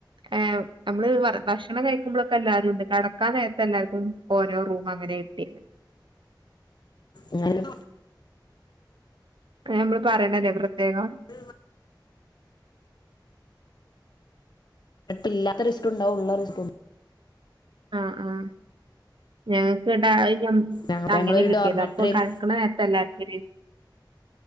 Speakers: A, on the right; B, on the left.
A: ഏ്ഹ് നമ്മള് ഭക്ഷണം കഴിക്കുമ്പോളൊ ക്കെ എല്ലാവരും ഉണ്ട് കടക്കാൻ നേരത്ത് എല്ലാർക്കും ഓരോ റൂം അങ്ങനെ കിട്ടിയേ
B: എന്നാലും
A: ക്ക നമ്മള് പറയണല്ലേ പ്രത്യേകം
B: <unintelligible> ഇല്ലാത്ത റിസ്ടുണ്ടാവും ള്ള റിസ്ടു
A: ആഹ് ആഹ് ഞങ്ങക്ക്ട
B: ഞങ്ങൾ
A: അങ്ങനെ
B: ഞങ്ങളൊരു
A: കിട്ടിയത്
B: ഡോർമെട്രിയും
A: അപ്പൊ കടക്കണ നേരത്തല്ലാർക്കൊര്